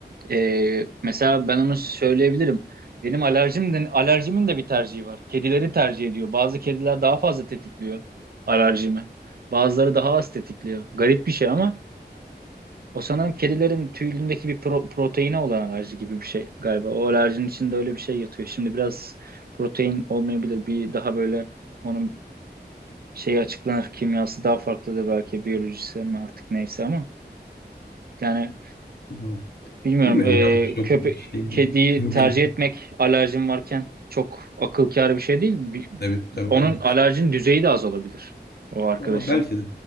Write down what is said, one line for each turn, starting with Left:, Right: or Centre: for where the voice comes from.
Right: e, mesela ben onu söyleyebilirim. Benim alerjim de, alerjimin de bir tercihi var. Kedileri tercih ediyor. Bazı kediler daha fazla tetikliyor alerjimi. Bazıları daha az tetikliyor. Garip bir şey ama O sanırım kedilerin tüyündeki bir pro- proteine olan alerji gibi bir şey galiba. O alerjinin içinde öyle bir şey yatıyor. Şimdi biraz protein olmayabilir. Bir daha böyle onun şeyi açıklanır. Kimyası daha farklıdır belki. Biyolojisi mi artık neyse ama. Yani
Left: Hmm.
Right: bilmiyorum.
Left: Bilmiyorum
Right: E,
Left: ya çok
Right: köpe
Left: şey
Right: kediyi
Left: değil. <laughs> Bil-
Right: tercih etmek alerjin varken çok akıl kârı bir şey değil. Bir-
Left: Tabii tabii
Right: onun
Left: tabii.
Right: alerjin düzeyi de az olabilir. O arkadaşın.
Left: Ama belki de.